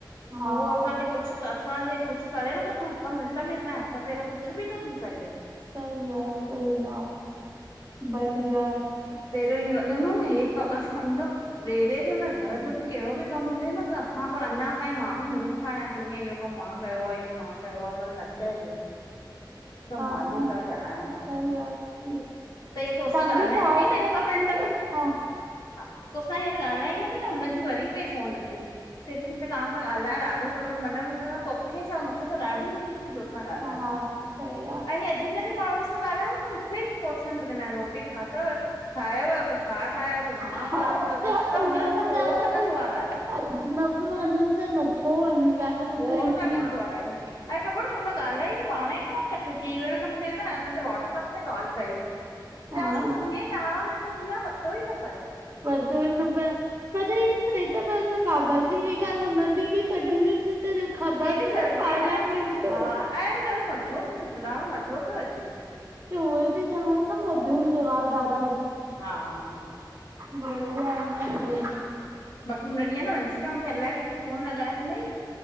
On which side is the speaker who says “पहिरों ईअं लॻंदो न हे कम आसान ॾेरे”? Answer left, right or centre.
Left